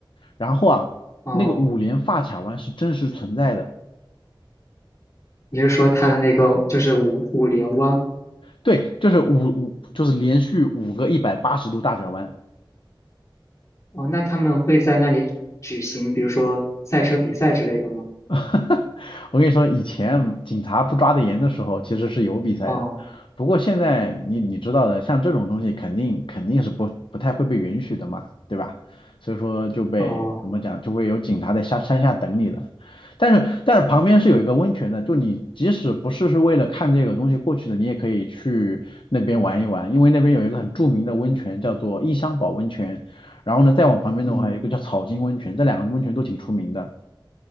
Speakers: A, on the left; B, on the left.
A: 然后啊，
B: 哦，
A: 那个五连发卡弯是真实存在的。
B: 你是说它的那个就是五五连湾？
A: 对，就是五五，就是连续五个一百八十度大转弯。
B: 哦，那他们会在那里举行，比如说赛车比赛之类的吗？
A: <laughs> 哈哈，我跟你说，以前警察不抓得严的时候，其实是有比赛的。
B: 哦。
A: 不过现在你你知道的，像这种东西肯定肯定是不不太会被允许的嘛，对吧？所以说就被怎么讲，
B: 哦，
A: 就会有警察在下山下等你了。但是但是旁边是有一个温泉的，就你即使不是是为了看这个东西过去的，你也可以去那边玩一玩，因为那边有一个很著名的温泉叫做伊香保温泉，然后呢再往旁边的话有一个叫草金温泉，
B: 嗯，
A: 这两个温泉都挺出名的。